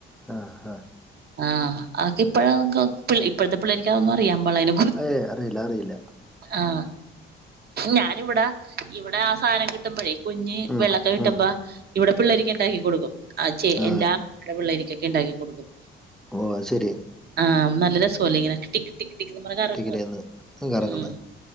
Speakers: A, in the centre; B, on the right.
A: ആഹ് ആഹ്
B: ആഹ് അക്കെപ്പഴ ഇപ്പഴത്തെ പിള്ളേരിക്കാ അതോന്നും അറിയൻ പാള്ള അ
A: അതെ അറില്ല അറില്ല
B: ആഹ് ഞാനിവിടെ ഇവിടെ ആ സാധനം കിട്ടുമ്പഴേ കുഞ്ഞ്
A: ഉം,
B: വെള്ളക്ക കിട്ടുമ്പോ
A: ഉം,
B: ഇവിടെ പിള്ളേക്ക് ണ്ടാക്കി കൊടുക്കും അഛേ
A: ആ
B: എല്ലാമ്മടെ പിള്ളേരിക്കൊക്കെ ണ്ടാക്കി കൊടുക്കും
A: ഓ അഹ് ശരി
B: ആഹ് നല്ല രസല്ലേ ഇങ്ങനെ ട്ടിക് ടിക് ടക് ന്ന് പറഞ് കറങ്ങത്
A: ടിക്കറ്റ് എന്ന് കറങ്ങുന്നത്
B: ഉം